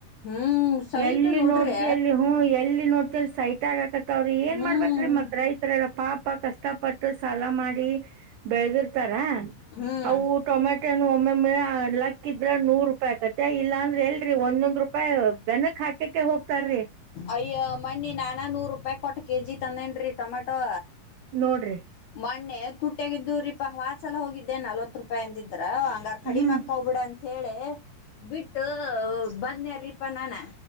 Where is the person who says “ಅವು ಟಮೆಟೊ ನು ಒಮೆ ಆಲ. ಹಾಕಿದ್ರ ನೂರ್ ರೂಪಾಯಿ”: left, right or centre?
Right